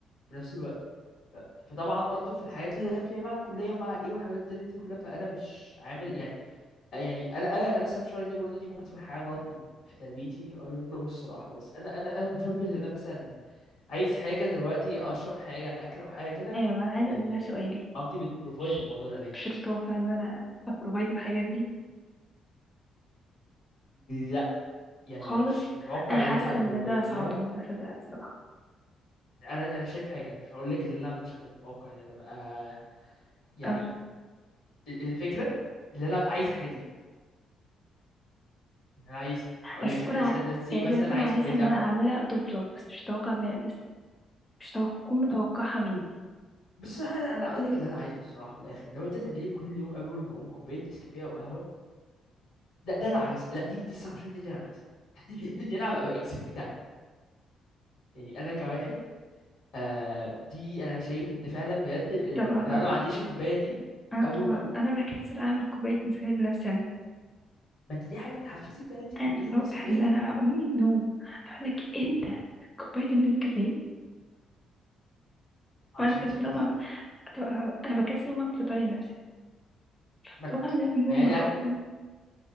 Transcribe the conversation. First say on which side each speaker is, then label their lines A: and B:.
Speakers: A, on the left (about 70°); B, on the left (about 15°).
A: في نفس الوقت ف... فطبعا برضو في الحاجات اللي أنا فيها مع الكلية ومع إيه والحاجات التانية دي كلها فأنا مش عامل يعني يعني انا انا انا صراحه مش عارف ده برضه دي ممكن تكون حاجه غلط من في تربيتي I don't know الصراحه بس انا انا انا متربي ان انا مثلا عايز حاجه دلوقتي اشرب حاجه اكل او حاجه كده
B: أيوة أنا عايزة
A: يعني
B: ده سؤالي
A: مامتي بتبروفايد
B: مش
A: الموضوع ده ليه
B: مش هتتوقع إن أنا أبروفايد الحاجات دي
A: لا يعني
B: خالص
A: أنا مش متوقع
B: أنا
A: اللي
B: حاسة
A: انت هتبروفايديها
B: إن ده صعب إن أنا أصدقك بصراحة
A: انا انا شايف حاجه انا مش هقول لك ان انا مش هبقى متوقع ان انا ابقى يعني
B: اه
A: ال- الفكره ان انا ابقى عايز الحاجه دي إن انا عايز هقول
B: بس
A: لك
B: تكون
A: ان
B: ع...
A: مثلا let's say
B: يعني
A: مثلا
B: أنا أكون
A: عايز
B: عايزة
A: كوبايه
B: إن
A: قهوه
B: أنا أعملها أوت أوف بلوك، بس مش هتوقع مش هتكون متوقعها مني
A: بس انا انا هقول لك اللي انا عايزه الصراحه بالاخر لو انت تعملي كل يوم قبل ما اقوم كوبايه نسكافيه او قهوه ده ده انا عايزه لا دي دي الصراحه مش عارف دي, دي انا عايزه <laughs> دي, دي, دي انا هبقى اكسبكتها يعني انا كواحد آه دي انا شايف ان فعلا بجد ال-
B: طب
A: لو,
B: لحظة
A: لو انا ما
B: بس
A: عنديش الكوبايه دي
B: أنا
A: اول
B: طب لحظة
A: ما اقوم
B: أنا بكسل أعمل كوباية نسكافيه لنفسي أنا
A: ما انت دي حاجه هتحفزك بقى ان انت تعملي
B: أنا متوقع
A: لنفسك وليه
B: إن أنا أقوم من النوم أقول لك أنت كوباية النسكافيه
A: عشان
B: وأنا مكسلة
A: انت بتحبيه
B: أقوم أعمل طب لحظة، أنا بكسل أقوم أعمل فطاري لنفسي
A: ما
B: متوقع إن أنا من النوم
A: ما هي دي
B: هقوم
A: عاد-